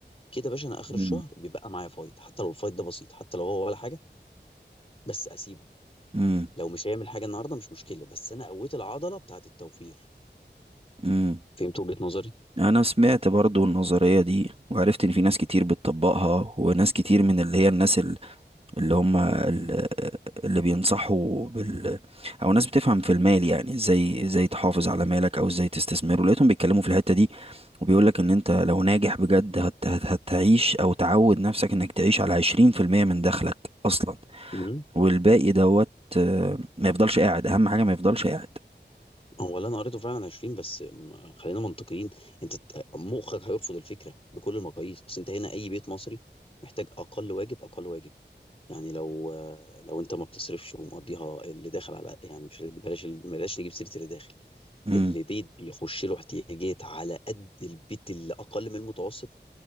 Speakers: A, on the left; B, on the right.
A: كده يا باشا انا اخر
B: امم
A: الشهر بيبقى معايا فايض حتى لو الفايض ده بسيط حتى لو هو ولا حاجه بس اسيبه
B: امم
A: لو مش هيعمل حاجه النهارده مش مشكله بس انا قويت العضله بتاعه التوفير
B: امم
A: فهمت وجهة نظري؟
B: انا سمعت برضو النظريه دي وعرفت ان في ناس كتير بتطبقها وناس كتير من اللي هي الناس اللي هم ال- اللي بينصحوا بال او ناس بتفهم في المال يعني ازاي ازاي تحافظ على مالك او ازاي تستثمره لقيتهم بيتكلموا في الحتة دي وبيقول لك ان انت لو ناجح بجد هت... هت... هتعيش او تعود نفسك انك تعيش على 20% من دخلك اصلا
A: مم.
B: والباقي دوت آه، ما يفضلش قاعد اهم حاجة ما يفضلش قاعد
A: هو اللي انا قريته فعلا 20 بس م- خلينا منطقيين انت ت- مخك هيرفض الفكره بكل المقاييس اصل انت هنا اي بيت مصري محتاج اقل واجب اقل واجب يعني لو لو انت ما بتصرفش ومقضيها اللي داخل على يعني مش بلاش بلاش نجيب سيره اللي داخل
B: امم
A: اللي بيت بيخش له احتياجات على قد البيت اللي اقل من المتوسط